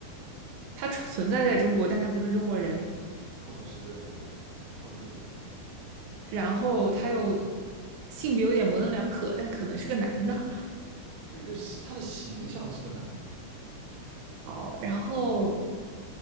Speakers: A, on the right; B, on the right.
A: 他存在在中国，但他不是中国人？
B: 他不是在中国人，他不是中国人，
A: 然后他又性别有点模棱两可，但可能是个男的。
B: 对，就是他的形象是个男的，
A: 好，然后